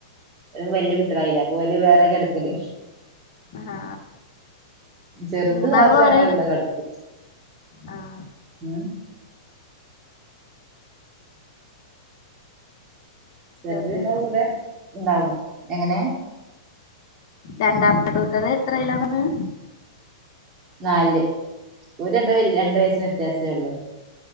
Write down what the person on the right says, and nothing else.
അ വല്യ കുട്ടികളായില്ലേ അപ്പൊ ഓല് വേറെ കിടക്കല്
ചെറുത്
മാത്രം ഞങ്ങളെ
കൂടെ കിടക്കും
ഉം ചെറുത്
ഞങ്ങളെ കൂടെ ഉണ്ടാകും എങ്ങനെ
നാല്ൽ ഓല് രണ്ട് വയസ്ന് വ്യത്യാസമേ ഉള്ളു